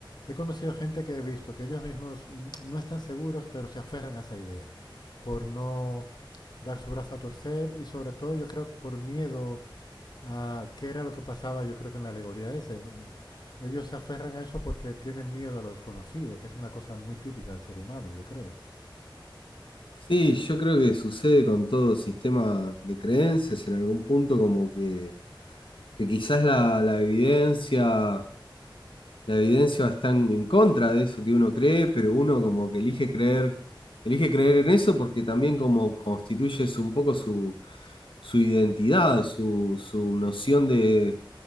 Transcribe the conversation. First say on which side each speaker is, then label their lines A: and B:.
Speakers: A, on the left; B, on the left.
A: he conocido gente que he visto que ellos mismos mm, no están seguros, pero se aferran a esa idea por no dar su brazo a torcer y sobre todo yo creo por miedo a qué era lo que pasaba, yo creo que en la alegoría ese. Eh, Ellos se aferran a eso porque tienen miedo a lo desconocido, que es una cosa muy típica del ser humano, yo creo.
B: Sí, yo creo que sucede con todo sistema de creencias en algún punto como que que quizás la, la evidencia, la evidencia está en, en contra de eso que uno cree, pero uno como que elige creer, elige creer en eso porque también como constituye su- un poco su, su identidad, su, su noción de,